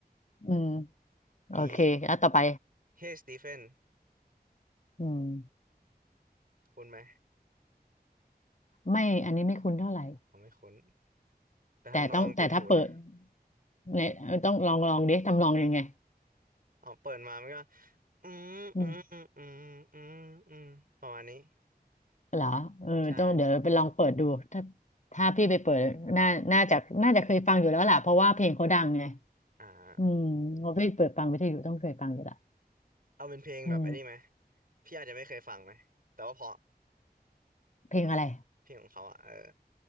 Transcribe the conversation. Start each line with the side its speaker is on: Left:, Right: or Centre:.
Left: อืมโอเคแล้วต่อไป
Right: มี Hey Stephen
Left: อืม
Right: คุ้นไหม
Left: ไม่อันนี้ไม่คุ้นเท่าไหร่
Right: เอาไม่คุ้นแต่ทำนองติดหูนะ
Left: แต่ต้องแต่ถ้าเปิดเนี่ยต้องลองลองดิทำลองยังไง
Right: อ๋อเปิดมามันก็อืมอืมอืมอืมอืมประมาณนี้
Left: อืมเหรอเออต้องเดี๋ยวไปลองเปิดดูถ้า
Right: ใช่
Left: ถ้าพี่ไปเปิดน่าน่าจะน่าจะเคยฟังอยู่แล้วล่ะเพราะว่าเพลงเขาดังไง
Right: อ่า
Left: อืมเพราะพี่เปิดฟังวิทยุต้องเคยฟังอยู่ละ
Right: เอาเป็นเพลงแบบอันนี้ไหม
Left: อืม
Right: พี่อาจจะไม่เคยฟังไหมแต่ว่าเพราะ
Left: เพลงอะไร
Right: เพลงของเขาอ่ะเออ